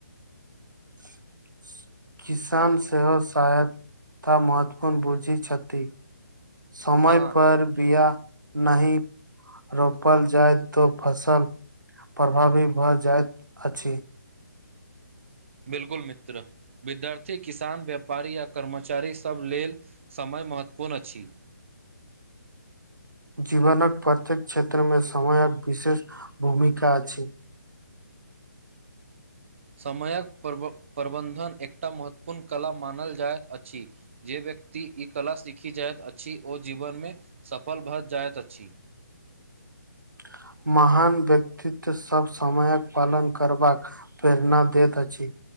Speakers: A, on the right; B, on the right.
A: <inaudible> किसान सेहो सहायता महत्वपूर्ण बुझी छथि समय
B: हँ
A: पर बिआ नाहि रोपल जाय तो फसल प्रभावी भऽ जाइत अछि
B: बिलकुल मित्र विद्यार्थी किसान व्यापारी आ कर्मचारी सभ लेल समय महत्वपूर्ण अछि
A: जीवनक प्रत्येक क्षेत्रमे समयक विशेष भूमिका अछि
B: समयक प्रबंन्धन एकटा महत्वपूर्ण कला मानल जाइत अछि जे बे व्यक्ति ई कला सीखि जाइत अछि आ ओ जीवन मे सफल भऽ जाइत अछि
A: <inaudible> महान व्यक्तित्व सभ समयक पालन करबाक प्रेरणा दैत अछि